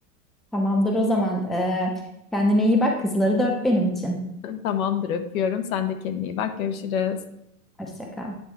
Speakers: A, in the centre; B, on the left.
A: Tamamdır o zaman. E, kendine iyi bak. Kızları da öp benim için.
B: Tamamdır, öpüyorum. Sen de kendine iyi bak. Görüşürüz.
A: Hoşça kal.